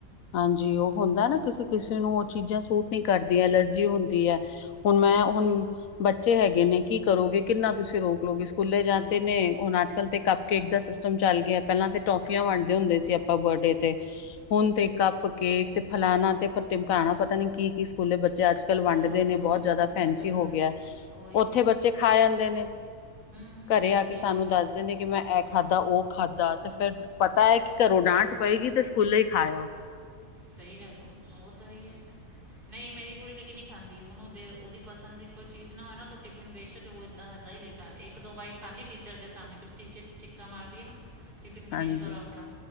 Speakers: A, on the left; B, on the right.
A: ਹਾਂਜੀ, ਓ ਹੁੰਦਾ ਨਾ ਕਿਸੀ ਕਿਸੀ ਨੂੰ ਓ ਚੀਜ਼ਾਂ ਸੂਟ ਨੀ ਕਰਦੀਆਂ, ਅਲਰਜੀ ਹੁੰਦੀ ਐ। ਹੁਣ
B: ਹਾਂਜੀ
A: ਮੈਂ ਹੁਣ ਬੱਚੇ ਹੈਗੇ ਨੇ ਕੀ ਕਰੋਗੇ, ਕਿੰਨਾ ਤੁਸੀਂ ਰੋਕ ਲੋਗੇ, ਸਕੂਲੇ ਜਾਂਦੇ ਨੇ ਹੁਣ ਅੱਜ- ਕੱਲ ਤੇ ਕ ਕੇਕ ਦਾ ਸਿਸਟਮ ਚੱਲ ਗਿਆ। ਪਹਿਲਾਂ ਤੇ ਟੋਫੀਆਂ ਵੰਡਦੇ ਹੁੰਦੇ ਸੀ ਆਪਾਂ ਬਰਡੇ ਤੇ। ਹੁਣ ਤੇ ਕੱਪ ਕੇ ਤੇ ਫਲਾਣਾ ਤੇ ਫਿਰ ਟਿਮਕਾਣਾ ਪਤਾ ਨੀ ਕੀ, ਕੀ ਸਕੂਲੇ ਬੱਚੇ ਅੱਜ ਕਲ
B: ਬਹੁਤ
A: ਵੰਡਦੇ
B: ਹਾਂ
A: ਨੇ ਬਹੁਤ ਜ਼ਿਆਦਾ ਫੈਸੀ
B: ਓਏ
A: ਹੋ
B: ਓਏ
A: ਗਿਆ।
B: ਓਏ
A: ਉੱਥੇ
B: ਓਏ
A: ਬੱਚੇ ਖਾ ਆਦੇ ਨੇ
B: ਹੂੰ
A: ਘਰੇ ਆ
B: ਉਹੀ
A: ਕੇ ਸਾਨੂੰ
B: ਗੱਲ ਹੈ
A: ਦੱਸਦੇ ਨੇ ਕਿ ਮੈਂ ਇਹ ਖਾਧਾ, ਉਹ ਖਾਧਾ ਤੇ ਫਿਰ ਪਤਾ ਐ ਕਿ ਘਰੋਂ ਡਾਂਟ ਪਏਗੀ ਤੇ ਸਕੂਲੇ ਈ ਖਾ ਆਓ।
B: ਸਹੀ ਗੱਲ ਐ, ਉਹ ਤਾਂ ਹੈ ਈ ਐ। ਨਹੀਂ ਇਹ ਮੇਰੀ ਕੁੜੀੇ ਨ ਨਹੀਂ ਖਾਂਦੀ। ਉਹਨੂੰ ਦੇ ਉਹਦੀ ਪਸੰਦ ਦੀ ਕੋਈ ਚੀਜ਼ ਨਾ ਹੋਏ ਨਾ ਉਹ ਟਿਫਿਨੇਚ ਕੇ ਉਹ ਇੱਦਾਂ- ਇੱਦਾਂ ਈ ਲੇਕ ਇੱਕ- ਦੋ ਬਾਈਕ ਖਾਂਦੀ ਟੀਚਰ ਦੇ ਸਮਣੇ, ਕਿਉਂਕਿ ਟੀਚਰ ਚਿੱਕਾ ਮਾਰਦੀ ਐ ਨਾ ਟਿਫਿਨ
A: ਹਾਂਜੀ-ਹਾਂਜੀ।
B: ਫਿਨਿਸ਼ ਕਰੋ ਆਪਣਾ,